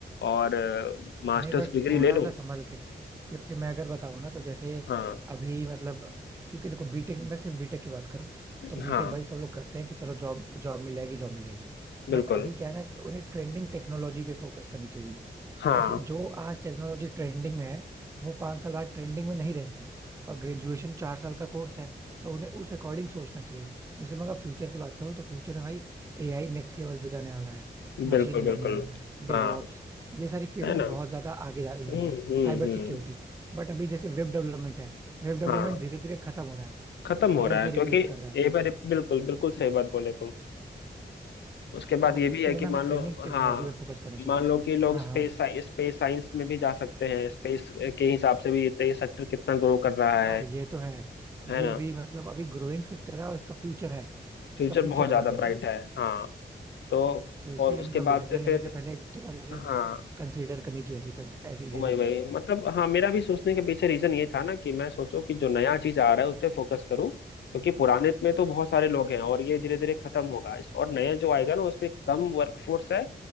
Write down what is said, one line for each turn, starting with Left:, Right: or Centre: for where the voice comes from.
Left: और मास्टर्स
Right: नहीं बट
Left: डिग्री
Right: थोड़ा
Left: ले लूँ
Right: सा संभल के क्योंकि मैं अगर बताऊं ना तो जैसे
Left: हाँ
Right: अभी मतलब क्योंकि देखो बीटेक मैं सिर्फ बीटेक की बात करूं तो बीटेक
Left: हाँ
Right: भाई सब लोग करते हैं कि चलो जॉब जॉब मिल जाएगी जॉब मिल जाएगी बट
Left: बिल्कुल
Right: अभी क्या है ना कि उन्हें ट्रेंडिंग टेक्नोलॉजी पे फोकस करनी चाहिए
Left: हाँ
Right: जैसे जो आज टेक्नोलॉजी ट्रेंडिंग में है वो पांच साल बाद ट्रेंडिंग में नहीं रहेगी और ग्रेजुएशन चार साल का कोर्स है तो उन्हें उस अकॉर्डिंग सोचना चाहिए जैसे मैं अगर फ्यूचर की बात करूँ तो फ्यूचर में भाई एआई नेक्स्ट लेवल पे जाने वाला है मशीन
Left: बिल्कुल बिल्कुल
Right: लर्निंग डेवॉप्स
Left: हाँ
Right: ये सारी फील्ड
Left: है
Right: में
Left: ना
Right: बहुत ज्यादा आगे जा रही
Left: हम्म
Right: वाली है
Left: हम्म
Right: Cyber
Left: हम्म
Right: security बट अभी जैसे वेब डेवलपमेंट है वेब डेवलपमेंट
Left: हाँ
Right: धीरे धीरे खत्म हो रहा है
Left: खत्म
Right: एआई
Left: हो रहा
Right: उसे
Left: है क्योंकि
Right: रिप्लेस कर रहा है
Left: एक बार बिल्कुल बिल्कुल सही बात बोले तुम उसके
Right: तो
Left: बाद ये भी
Right: इसीलिए
Left: है कि
Right: ना
Left: मान
Right: हमें ट्रेंडिंग
Left: लो
Right: टेक्नोलॉजी
Left: हाँ
Right: पे फोकस करना चाहिए
Left: मान लो कि लोग
Right: हाँ
Left: स्पेस
Right: हाँ
Left: स्पेस साइंस में भी जा सकते हैं स्पेस के हिसाब से भी ये सेक्टर कितना ग्रो कर रहा
Right: हाँ
Left: है
Right: ये तो है ये
Left: है ना
Right: भी मतलब अभी ग्रोइंग सेक्टर है और इसका फ्यूचर है
Left: फ्यूचर
Right: इसका फ्यूचर
Left: बहुत ज्यादा
Right: बहुत ज्यादा
Left: ब्राइट
Right: है
Left: है हाँ तो
Right: तो इसीलिए
Left: और उसके
Right: मतलब
Left: बाद
Right: डिसीजन
Left: से
Right: लेने
Left: फिर
Right: से पहले एक दो बार इसे
Left: हाँ
Right: कंसीडर करनी चाहिए ऐसी कर, ऐसी
Left: वही
Right: ये सब
Left: वही
Right: चीजें
Left: मतलब हाँ मेरा भी सोचने के पीछे रीजन ये था ना कि मैं सोचो कि जो नया चीज आ रहा है उस पर फोकस करूँ क्योंकि पुराने में तो बहुत सारे लोग हैं और ये धीरे धीरे खत्म होगा इस और नया जो आएगा ना उसमें कम वर्कफोर्स है